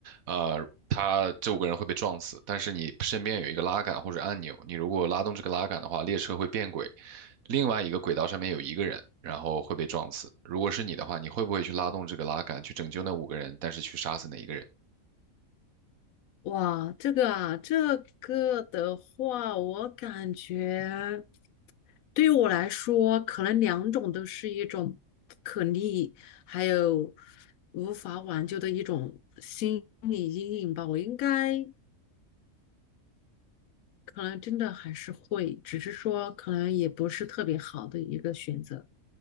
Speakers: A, on the right; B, on the left.
A: 呃，他这五个人会被撞死，但是你身边有一个拉杆或者按钮，你如果拉动这个拉杆的话，列车会变轨，另外一个轨道上面有一个人，然后会被撞死。如果是你的话，你会不会去拉动这个拉杆去拯救那五个人，但是去杀死那一个人？
B: 哇，这个啊，这个的话，我感觉对于我来说，可能两种都是一种不可逆，还有无法挽救的一种心理阴影吧。我应该。可能真的还是会，只是说可能也不是特别好的一个选择。